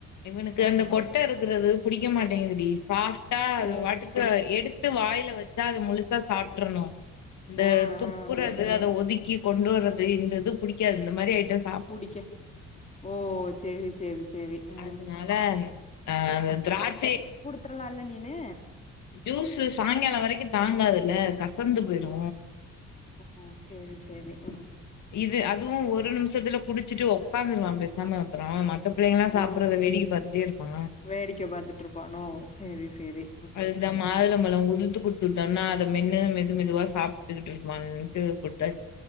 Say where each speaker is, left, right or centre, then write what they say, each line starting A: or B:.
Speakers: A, on the left (about 70°); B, on the left (about 25°).
A: இவனுக்கு அந்த கொட்ட இருக்கறது புடிக்க மாட்டேங்குதுடி சாஃப்டா அத
B: ஓ
A: வாட்டுக் எடுத்து வாய்ல வச்சா அத முழுசா சாப்ட்றணு இந்த
B: ஆ
A: துப்புறது
B: ஆ
A: அத ஒதுக்கி கொண்டு வர்றது இந்தது புடிக்காது இந்த மாரி ஐட்டம்ஸ்
B: புடிக்க ஓ சேரி சேரி சேரி ஆ
A: அதுனால அ அந்த திராட்சே
B: ட்றலால்ல நீனு
A: ஜூஸு சாய்ங்காலோ வரைக்கு தாங்காதுல்ல கசந்து போயிரு
B: ஓ சேரி சேரி ம்
A: இது அதுவு ஒரு நிமிசத்துல குடிச்சிட்டு உக்காந்துருவா சாம அப்றோ மத்த பிள்ளைங்கல்லா சாப்பட்றத
B: ஆ
A: வேடிக்க பாத்துட்டே இருப்பா
B: வேடிக்க பாத்துட்ருப்பானோ செரி செரி
A: அதுக்குதா மாதுளம்பழோ உதுத்து குடுத்துட்டம்னா அத மென்னு மெது மெதுவா சாப்ட்டுகிட்ருப்பான் னு குட்த்த